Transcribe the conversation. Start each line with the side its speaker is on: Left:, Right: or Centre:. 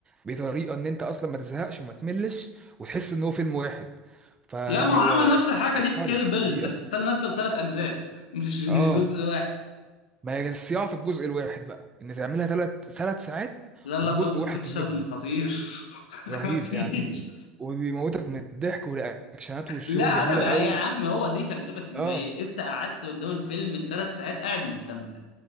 Right: بطريقه ان انت اصلا ما تزهقش وما تملش وتحس ان هو فيلم واحد فيعني
Left: لا ما هو
Right: هو
Left: عمل نفس الحركه
Right: عبقري
Left: دي في كيل بيل
Right: الحقيقه
Left: بس تل نزل ثلاث اجزاء <laughs> مش مش
Right: اه
Left: جزء واحد
Right: ما هي الصياعه في الجزء الواحد بقى ان تعملها ثلاث ثلاث ساعات
Left: لا لا
Right: وفي
Left: بلب
Right: جزء واحد
Left: فيكشن
Right: تدمجهم
Left: خطير <laughs>
Right: رهيب
Left: خطير
Right: يعني وبيموتك من الضحك والرياكشنات وشهم
Left: لا
Right: جميله
Left: قلب يا
Right: قوي
Left: عم هو دي تجربه سينمائيه
Right: اه
Left: انت قعدت قدام الفيلم الثلاث ساعات قاعد مستمتع